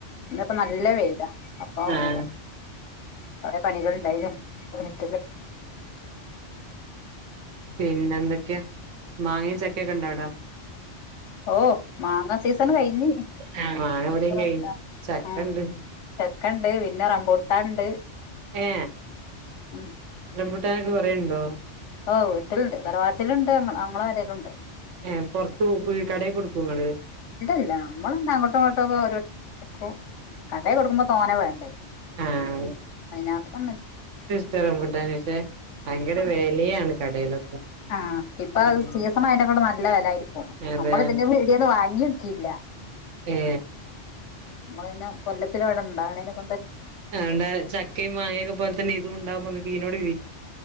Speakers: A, on the left; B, on the right.
A: ഇന്നിപ്പ നല്ല വെയിലാ അപ്പൊ
B: ആഹ്
A: ഓ ഓ കൊറേ പണികളുണ്ടായില്ലോ വീട്ടില്
B: പിന്നെന്തെക്ക്യാ മാങ്ങേം ചക്കേക്കെ ഇണ്ടാവടെ
A: ഓ മാങ്ങ സീസൺ കഴിഞ്ഞ്
B: ആ മാങ്ങ ഇവടേം
A: ഇപ്പൊ
B: കഴിഞ്ഞ് ചക്കണ്ട്
A: ഉം ചക്കണ്ട് പിന്നെ റംബൂട്ടാൻ ഇണ്ട്
B: ഏ
A: ഉം
B: റംമ്പുട്ടാനൊക്കെ കൊറേ ഓ
A: ഓ വീട്ടില്ണ്ട് തറവാട്ടിലുണ്ട് അമ് ഞങ്ങളെ പേരേലുണ്ട്
B: ഏ പൊർത്ത് വീ കടേ കൊട്ക്കോങ്ങള്
A: ഇതല്ല അമ്മളന്ന അങ്ങോട്ടോ ഇങ്ങോട്ടൊക്കെ ഓരോര്തര്ക്ക് കൊട്ക്കും കടെ കൊട്ക്കുമ്പോ തോന്നെ വേണ്ടേ
B: ആഹ്
A: അയ്‌നാ ത്രൊനി
B: ട്ടാ റംമ്പൂട്ടാന് പക്ഷേ ഭയങ്കര വെലയാണ് കടേലൊക്കെ
A: ആഹ് ഇപ്പൊ
B: ഉം
A: സീസണ് ആയത് കൊണ്ട് നല്ല നല്ല വിലയായിരിക്കും
B: അതെ
A: നമ്മള് പിന്നെ പീടികന്ന് വാങ്ങി ക്കില്ല
B: ഏ
A: നമ്മളന്നെ കൊല്ല ന്തെരവിടെ ഉണ്ടാകുന്നതു കൊന്തൻ
B: ആണ്ടെ ചക്കയും മാങ്ങിയൊക്കെ പോലെ തന്നെ ഇതും ഉണ്ടാവുംമ്പോ തന്നെ കീനോട്‌വീ